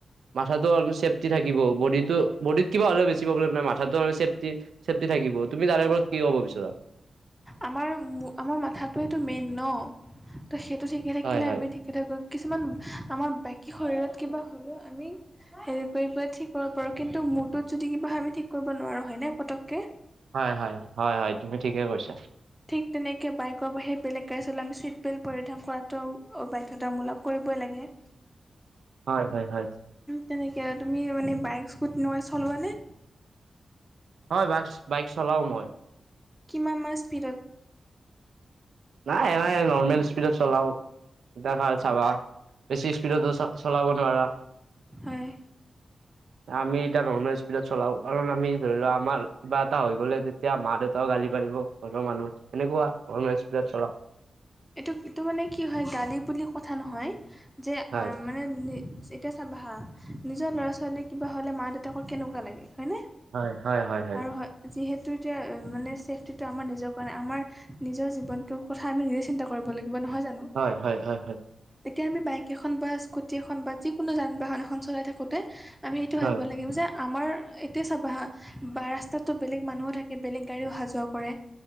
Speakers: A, on the right; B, in the centre.
A: মাথাটো আৰু চেফটি থাকিব, বডিটো-বডিত কিবা হলে, বেছি প্ৰব্লেম নাই মাথাটো আৰু চেফটি চেফটি থাকিব তুমি তাৰে ওপৰত কি কব বিচাৰা?
B: আমাৰ-আমাৰ মাথাটোৱেইটো মেইন ন' তো সেইটো ঠিকে থাকিলে
A: হয় হয়
B: আমি ঠিক থিকে থাকোঁ কিছুমান আমাৰ বাকী শৰীৰত কিবা হলেও আমি হেৰি কৰি ঠিক কৰিব পাৰোঁ। কিন্তু মূৰটোত যদি কিবা হয় আমি ঠিক কৰিব নোৱাৰোঁ হয়নে পটককে?
A: হয়-হয়-হয়-হয় তুমি ঠিকেই কৈছা।
B: ঠিক তেনেকে বাইকৰ বাহিৰে বেলেগ গাড়ী চলালে আমি চিট বেল্ট পৰিধান কৰাটো অ', বাধ্য। বাধ্যতামূলক কৰিবই লাগে।
A: হয়-হয়-হয়।
B: তেনেকে আৰু তুমি মানে বাইক, স্কুটি ন চলোৱানে?
A: হয়, বাইক-বাইক চলাওঁ মই।
B: কিমান মান স্পিডত?
A: নাই এ নাই নৰ্মেল স্পীডত চলাও। দেখা চাবা বেছি স্পিডটো চলাব নোৱাৰা।
B: হয়।
A: আমি এতিয়া নৰ্মেল স্পীডত চলাও কাৰণ আমি ধৰি লওঁ আমাৰ কিবা এটা হৈ গ'লে এতিয়া মা-দেউতাও গালি পাৰিব, ঘৰৰ মানুহ সেনেকুৱা নৰ্মেল স্পীডত চলাও।
B: এইটো-এইটো মানে কি হয় গালি বুলি কথা নহয় যে
A: হয়
B: মানে এতিয়া চাবা হা নিজৰ ল'ৰা-ছোৱালীৰ কিবা হ'লে মা-দেউতাকৰ কেনেকুৱা লাগে হয়নে?
A: হয়-হয়-হয়-হয়।
B: আৰু হয় যিহেতু এতিয়া মানে চেফটিটো আমাৰ নিজৰ কাৰণে আমাৰ নিজৰ জীৱনটোৰ কথা আমি নিজে চিন্তা কৰিব লাগিব নহয় জানো?
A: হয়-হয়-হয়-হয়।
B: এতিয়া আমি বাইক এখন বা স্কুটি এখন বা যিকোনো যান-বাহন এখন চলাই থাকোঁতে আমি এইটো ভাবিব
A: হয়
B: লাগিব যে আমাৰ এতিয়া চাব বা ৰাস্তাতো বেলেগ মানুহো থাকে বেলেগ গাড়ীও অহা যোৱা কৰে